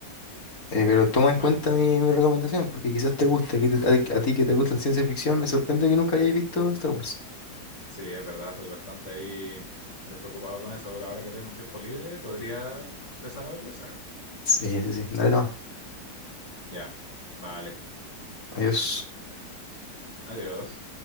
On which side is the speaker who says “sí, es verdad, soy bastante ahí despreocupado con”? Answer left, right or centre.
Left